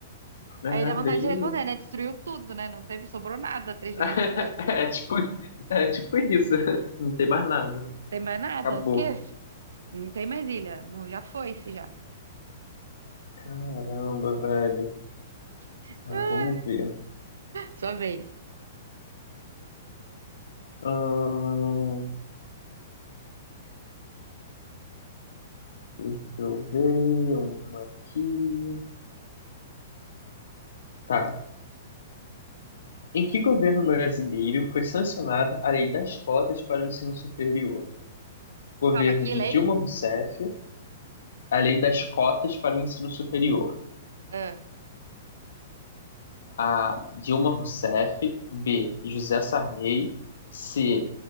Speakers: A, on the left; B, on the right.
A: É,
B: Aí dá vontade
A: Deus
B: de
A: me livre.
B: responder, né? Destruiu tudo, né? Não teve, sobrou nada três
A: <laughs>
B: meses depois.
A: É tipo, é tipo isso. <laughs> Não tem mais nada.
B: Tem mais nada,
A: Acabou.
B: esquece. Não tem mais ilha. Não, já foi, se já.
A: Caramba, velho.
B: <laughs>
A: Ah, vamos ver.
B: Sua vez.
A: Ahn, Deixa eu ver uma aqui. Tá. Em que governo brasileiro foi sancionada a Lei das Cotas para o Ensino Superior? Governo
B: Calma, que
A: de
B: lei?
A: Dilma Rousseff, a Lei das Cotas para o Ensino Superior.
B: Ah,
A: A. Dilma Rousseff. B. José Sarney. C.